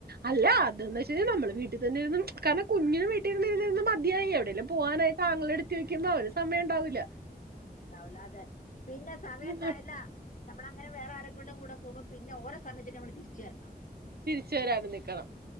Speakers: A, on the right; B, on the left.
A: അല്ല എ വെച്ച കാൽ നമ്മൾ വീട്ടിൽ തന്നെ കാരണം കുഞ്ഞിനന് വീട്ടിൽ ഇ മതിയായി എവിടെെങ്കും പോാനായിട്ട്ാങ്കെടു ്പ അവ സമയംണ്ടാവൂില്ല
B: സമയ ഉണ്ടാവലോ അതെ പിന്നെ സമയം ഉണ്ടല്ല
A: മടി
B: നമ്മള അങ്ങനെ വേറെ ആരൊക്കും ണ്ട കൂ പോകുമ്പോന്ന ഓര സമയത്തി നമ്മ തിരിച്ചുരണം
A: തിരിച്ച് വരാനും നിക്കണം